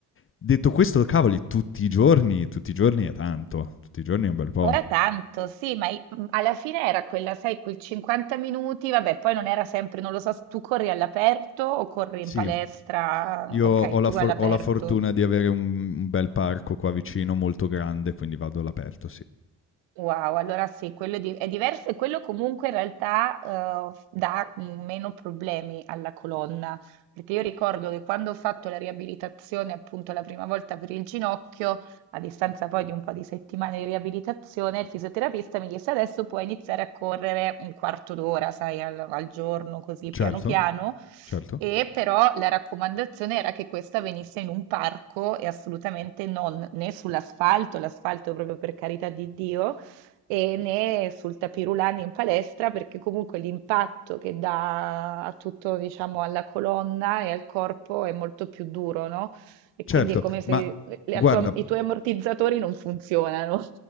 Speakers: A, on the left (about 25°); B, on the right (about 65°).
A: Detto questo, cavoli, tutti i giorni, tutti i giorni è tanto, tutti i giorni è un bel po'.
B: Ora tanto, sì, ma i- mh, alla fine era quella, sai, quei 50 minuti, vabbè, poi non era sempre, non lo so, tu corri all'aperto o corri
A: Sì,
B: in palestra,
A: io
B: ok,
A: ho la,
B: tu
A: for-
B: all'aperto,
A: ho la fortuna di avere un, un bel parco qua vicino, molto grande, quindi vado all'aperto, sì.
B: Wow, allora sì, quello di- è diverso e quello comunque in realtà eh, dà meno problemi alla colonna, perché io ricordo che quando ho fatto la riabilitazione appunto la prima volta per il ginocchio, a distanza poi di un po' di settimane di riabilitazione, il fisioterapista mi disse adesso puoi iniziare a correre un quarto d'ora, sai, al, al giorno, così piano
A: Certo,
B: piano.
A: certo,
B: E però la raccomandazione era che questa venisse in un parco e assolutamente non né sull'asfalto, l'asfalto proprio per carità di Dio, e né sul tapirulani in palestra perché comunque l'impatto che dà a tutto, diciamo, alla colonna e al corpo è molto più duro, no? E
A: certo,
B: quindi è come se
A: ma
B: la
A: guarda,
B: tua- i tuoi ammortizzatori non funzionano.